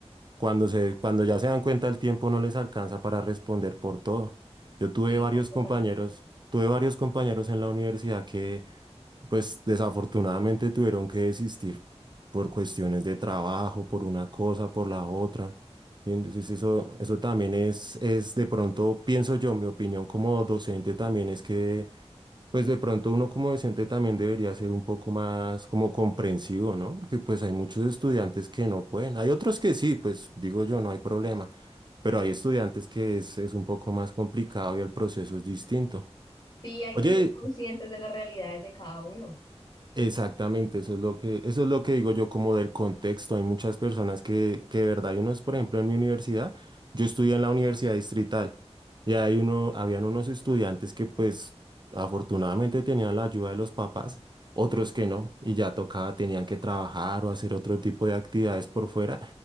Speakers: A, on the right (about 40°); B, on the left (about 45°).
A: cuando se, cuando ya se dan cuenta el tiempo no les alcanza para responder por todo. Yo tuve
B: Sí,
A: varios
B: completamente.
A: compañeros, tuve varios compañeros en la universidad pues desafortunadamente tuvieron que desistir por cuestiones de trabajo, por una cosa, por la otra. Y entonces eso, eso también es, es de pronto, pienso yo, mi opinión como docente también es que, pues de pronto uno como docente también debería ser un poco más como comprensivo, ¿no? Porque pues hay muchos estudiantes que no pueden. Hay otros que sí, pues digo yo, no hay problema. Pero hay estudiantes que es, es un poco más complicado y el proceso es distinto.
B: Sí, hay
A: Oye,
B: que ser conscientes de las realidades de cada uno.
A: Exactamente, eso es lo que, eso es lo que digo yo como del contexto. Hay muchas personas que, que de verdad, hay unos, por ejemplo, en mi universidad, yo estudié en la universidad distrital y hay uno, habían unos estudiantes que pues afortunadamente tenían la ayuda de los papás, otros que no, y ya tocaba, tenían que trabajar o hacer otro tipo de actividades por fuera.